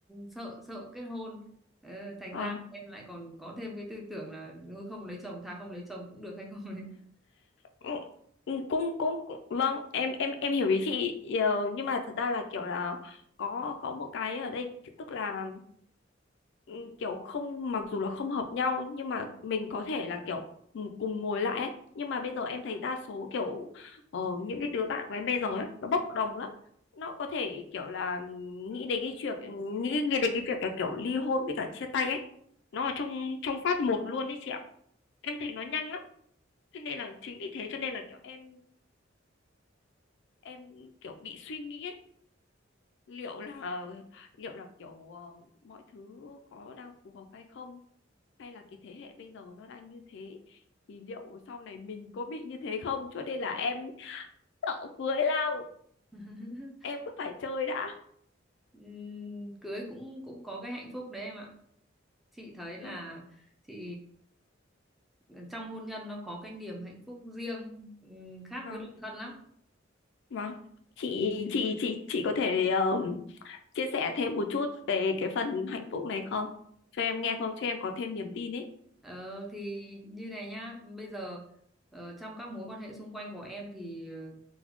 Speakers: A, in the centre; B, on the left (about 65°).
A: sợ sợ kết hôn Ờ, thành
B: ờ
A: ra em lại còn có thêm cái tư tưởng là thôi không lấy chồng thà không lấy chồng cũng được hay không lấy
B: ừ, ừ, cũng cũng cũng- vâng em em em hiểu ý chị Ờ, nhưng mà thật ra là kiểu là có có một cái ở đây tức là ừ, kiểu không mặc dù là không hợp nhau nhưng mà mình có thể là kiểu ừ, cùng ngồi lại ấy. Nhưng mà bây giờ em thấy đa số kiểu ờ, những cái đứa bạn của em bây giờ ấy nó bốc đồng lắm nó có thể kiểu là nghĩ đến cái chuyện nghĩ nghĩ đến cái việc là kiểu ly hôn với cả chia tay ấy nó ở trong trong phát một luôn ấy chị ạ em thấy nó nhanh lắm thế nên là chính vì thế cho nên là kiểu em em kiểu bị suy nghĩ ấy, liệu là liệu là kiểu ờ, mọi thứ có đang phù hợp hay không hay là cái thế hệ bây giờ nó đang như thế thì liệu sau này mình có bị như thế không cho nên là em sợ cưới lắm
A: <laughs>
B: em cứ phải chơi đã
A: Ừm, cưới cũng cũng có cái hạnh phúc đấy em ạ chị thấy là
B: ừ,
A: chị ờ, trong hôn nhân nó có cái niềm hạnh phúc riêng ừm, khác
B: vâng
A: với độc thân lắm
B: vâng chị
A: Ừm.
B: chị chị chị có thể ờ, chia sẻ thêm một chút về cái phần hạnh phúc này không cho em nghe không cho em có thêm niềm tin ấy
A: Ờ, thì như này nhá bây giờ ờ, trong các mối quan hệ xung quanh của em thì ờ,